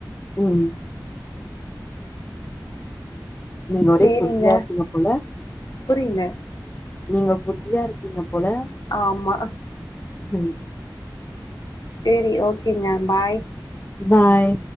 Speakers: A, on the left; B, on the left.
A: ம் நீங்க ஒரே
B: சேரிங்க
A: ஃபுட்டீ இருப்பீங்க போல
B: புரியல
A: நீங்க ஃபுட்டியா இருப்பீங்க போல
B: ஆமா
A: ஹ்
B: சேரி ஓகேங்க பாய்
A: பாய்